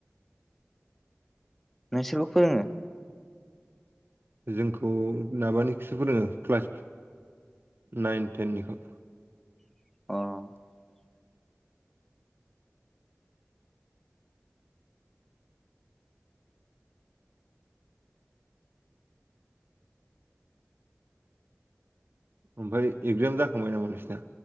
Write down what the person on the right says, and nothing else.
जोंखौ माबानिखौसो फोरोङो क्लास नाइन टेननिखौ
ओमफ्राय एगजाम जाखांबाय नामा नोंसिना?